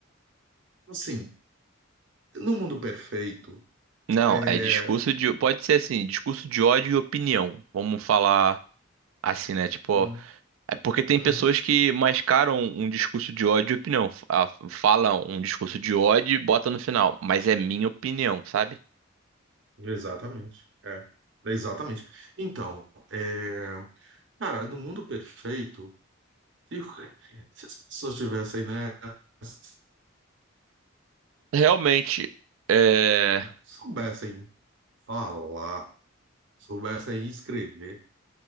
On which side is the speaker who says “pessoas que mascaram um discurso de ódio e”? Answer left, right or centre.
Right